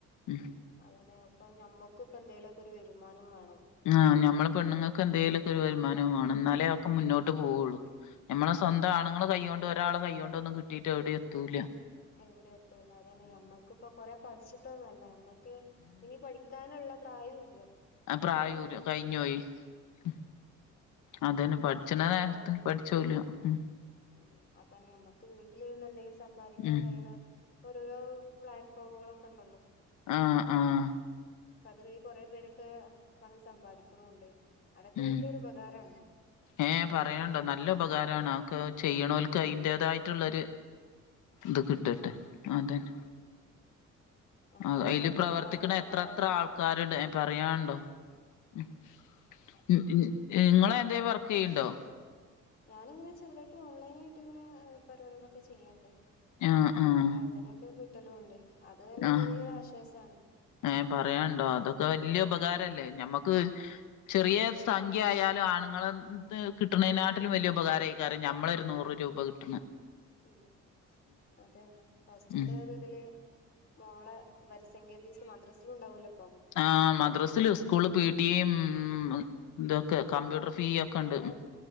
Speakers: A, on the left; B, on the left.
A: ഉം
B: അതന്നെ ഇപ്പ ഞമ്മക്കുപ്പന്തേലൊക്കൊരു വരുമാനം വേൺ
A: ആഹ് ഞമ്മള് പെണ്ണുങ്ങൾക്ക് എന്തെലൊക്കൊരു വരുമാനവ് വാണം എന്നാലേ ഒക്കെ മുന്നോട്ട് പോവുള്ളു. ഞമ്മള് സ്വന്താണുങ്ങള് കൈ കൊണ്ട് ഒരാളെ കൈകൊണ്ടൊന്നും കിട്ടീട്ട് എവിടേ എത്തൂല്ല.
B: എവിടേ എത്തൂലാ അതന്നെ ഞമ്മക്ക്പ്പൊ കൊറെ പഠിച്ചിട്ടോന്നല്ലമ്മ ക്കെ ഇനി പഠിക്കാനുള്ള പ്രായവുല്ല്യ.
A: അ പ്രായൂര് കഴിഞ്ഞോയി. ഉം അതന്നെ
B: ഇനിയിപ്പ
A: പഠിച്ചണ നേരത്ത്
B: ഓരോ
A: പഠിചൂലാ ഉം.
B: ഉം അപ്പാന്നെ മ്മക്ക് വീട്ടിലിരുന്ന് എന്തെങ്കിലും സമ്പാദിക്കാൻ
A: ഉം
B: കൈയണ ഓരോരോ പ്ലാറ്റ്ഫോമുകളൊക്കെ ണ്ടല്ലോ.
A: ആ ആഹ്.
B: പൊതുവെ കൊറേപേരൊക്കേ പണം സമ്പാദിക്കണുണ്ട്. അതൊക്കെ
A: ഉം
B: വലിയൊരു ഉപകാരാണ്
A: ഏ പറയാണ്ടോ നല്ല ഉപകാരാണക്ക്. ചെയ്യണോൽക്ക് അയിന്റേതായിട്ടുള്ളൊര് ത്
B: ഉം
A: കിട്ടട്ടെ. അതന്നെ.
B: നമ്മക്ക്
A: ആ
B: എത്ര
A: അതില്
B: പേർക്കാണ്
A: പ്രവർത്തിക്കണ
B: ഉപകാരായത്
A: എത്ര എത്ര ആൾക്കാര്ണ്ട് ഏ പറയാൻണ്ടോ. ഉം മ് ഞ് ഏ നിങ്ങളെന്തേ വർക്കെയ്ണ്ടോ?
B: ഞാനിങ്ങനെ ചെറുതാട്ട് ഓൺലൈനായിട്ട് ഇങ്ങനെ ആഹ് പരിപാടികളൊക്കെ ചെയ്യണ്ട്.
A: ആഹ് ആഹ്
B: അതിനൊക്കെ കിട്ടലോണ്ട്. അത് തന്നെ
A: ആഹ്
B: വല്ല്യോരാശ്വാസാണ്.
A: ഏഹ് പറയാനുണ്ടോ. അതൊക്കെ വല്ല്യ ഉപകാരല്ലേ ഞമ്മക്ക് ചെറിയേ സംഖ്യ ആയാലൂ ആണുങ്ങളെ ൻത് കിട്ടണേനാട്ടിലും വല്ല്യ ഉപകാരായ്ക്കാരം നമ്മളൊരു നൂറ് രൂപ കിട്ടണ്.
B: ഉം ഉം അതന്നെ പസ്റ്റത്തെ
A: ഉം
B: ഒരിതില് മോള വരിസംഖ്യാ പീസ് മദ്രസില്ണ്ടാവൊല്ലോ
A: ആ മദ്രസില് സ്കൂള് പി ടിയും ഉം മ്മ്ഹ് ഇതൊക്കെ കമ്പ്യൂട്ടർ ഫീയ്യ് ഒക്കെണ്ട്.
B: അപ്പം